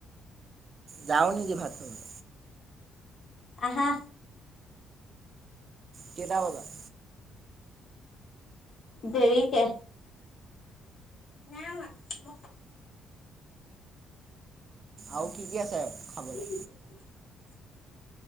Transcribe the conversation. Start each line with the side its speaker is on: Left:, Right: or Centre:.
Right: যাওঁ নেকি ভাত খাবলে
Left: আহা
Right: কেইটা বজাত
Left: দেৰিকে <unintelligible>
Right: আৰু কি কি আছে
Left: <unintelligible>
Right: খাবলৈ